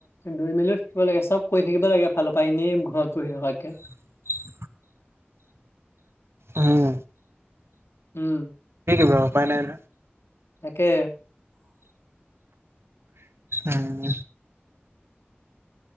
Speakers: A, on the left; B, on the right.
A: দুই মিলি থাকিব লাগে চব কৈ থাকিব লাগে ভালৰাই এনেই ঘৰত বহি থকাকে
B: <inaudible> উম
A: উম
B: ব উপায় নাই ন
A: তাকে
B: উম